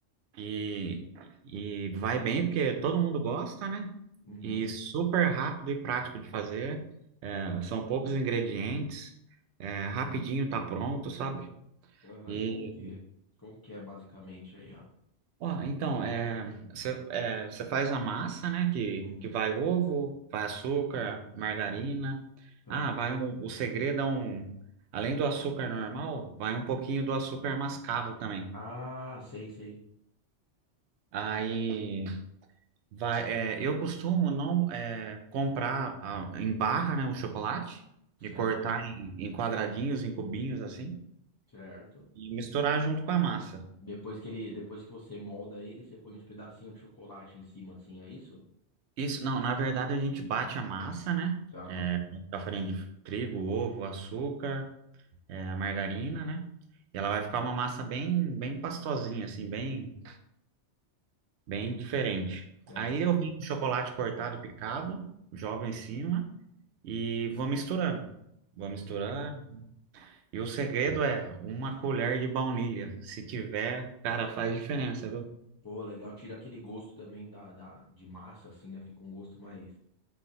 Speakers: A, on the right (about 70°); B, on the left (about 30°).
A: E, e vai bem porque todo mundo gosta, né?
B: Uhum.
A: E super rápido e prático de fazer. É, são poucos ingredientes. É, rapidinho tá pronto, sabe?
B: Aham,
A: E,
B: E como que, como que é basicamente aí, ó?
A: ó, então, é, você é, você faz a massa, né? Que,
B: Uhum.
A: que vai ovo, vai açúcar, margarina.
B: Tá.
A: Ah, vai o, o segredo é um... Além do açúcar normal, vai um pouquinho do açúcar mascavo também.
B: Ah, sei, sei.
A: Aí... Vai, é, eu costumo não é, comprar ah, em barra, né, o chocolate
B: Certo,
A: e cortar em, em quadradinhos, em cubinhos assim
B: certo.
A: e misturar junto com a massa.
B: Depois que ele, depois que você molda ele, você põe uns pedacinhos de chocolate em cima, assim, é isso?
A: Isso, não, na verdade a gente bate a massa, né?
B: Tá,
A: É, com a farinha de trigo, ovo, açúcar, é, a margarina, né? E ela vai ficar uma massa bem, bem pastosinha, assim, bem, bem diferente.
B: certo.
A: Aí eu venho com chocolate cortado, e picado, jogo em cima e vou misturando. Vou misturando.
B: Legal.
A: E o segredo é uma colher de baunilha. Se tiver, cara, faz diferença, viu?
B: Pô, legal, tira aquele gosto também da, da, de massa, assim, né? Fica um gosto mais,